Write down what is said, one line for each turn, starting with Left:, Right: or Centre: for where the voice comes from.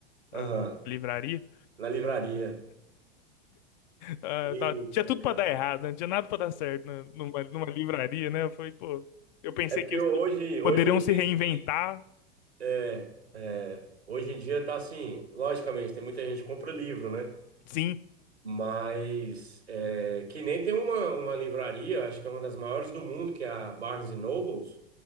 Left: Na
Right: Aham.
Left: livraria.
Right: Na livraria.
Left: Ah,
Right: Eita,
Left: tava- tinha tudo
Right: cara.
Left: para dar errado, né? Não tinha nada para dar certo né? numa, numa livraria, né? Eu falei, pô, eu pensei
Right: É porque
Left: que eles
Right: hoje,
Left: pod- poderiam
Right: hoje em dia
Left: se reinventar.
Right: ninguém- é, é, hoje em dia tá assim, logicamente, tem muita gente que compra livro, né?
Left: Sim,
Right: Mas é, que nem tem uma, uma livraria, acho que é uma das maiores do mundo, que é a Barnes Nobles,